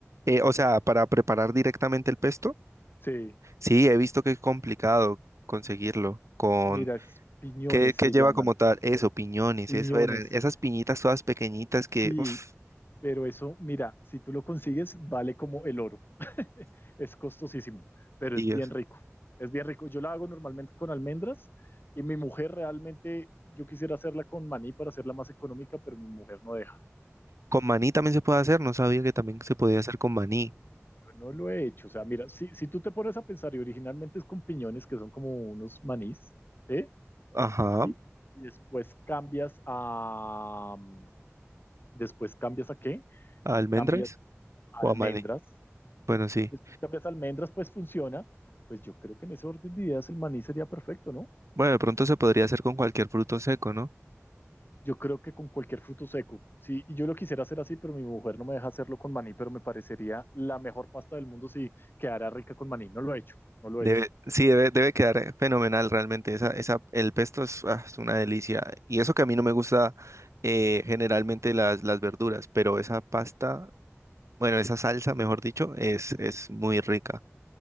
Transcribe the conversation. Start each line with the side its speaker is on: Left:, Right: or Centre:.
Right: Eh, o sea, para preparar directamente el pesto,
Left: Sí,
Right: sí, he visto que es complicado conseguirlo. Con
Left: mira, es piñones
Right: ¿qué, qué
Left: se
Right: lleva
Left: llaman,
Right: como tal? Eso, piñones,
Left: piñones.
Right: eso eran, esas piñitas todas pequeñitas que,
Left: Sí,
Right: uff,
Left: pero eso, mira, si tú lo consigues, vale como el oro. <laughs> es costosísimo, pero
Right: Dios.
Left: es bien rico. Es bien rico. Yo la hago normalmente con almendras y mi mujer realmente, yo quisiera hacerla con maní para hacerla más económica, pero mi mujer no deja.
Right: Con maní también se puede hacer, no sabía que también se podía hacer con maní.
Left: No lo he hecho. O sea, mira, si, si tú te pones a pensar y originalmente es con piñones que son como unos manís, ¿eh?
Right: Ajá,
Left: Y, y después cambias a... mm, Después cambias a qué?
Right: ¿a almendras
Left: Cambias a
Right: o
Left: almendras.
Right: a maní. Bueno, sí.
Left: Después cambias a almendras, pues funciona. Pues yo creo que en ese orden de ideas el maní sería perfecto, ¿no?
Right: Bueno, de pronto se podría hacer con cualquier fruto seco, ¿no?
Left: Yo creo que con cualquier fruto seco, sí, y yo lo quisiera hacer así, pero mi mujer no me deja hacerlo con maní, pero me parecería la mejor pasta del mundo si quedara rica con maní. No lo he hecho, no lo
Right: Debe,
Left: he hecho.
Right: sí, debe, debe quedar fenomenal realmente. Esa, esa, el pesto es, ah, es una delicia. Y eso que a mí no me gusta eh, generalmente las, las verduras, pero esa pasta, bueno, esa salsa, mejor dicho, es, es muy rica.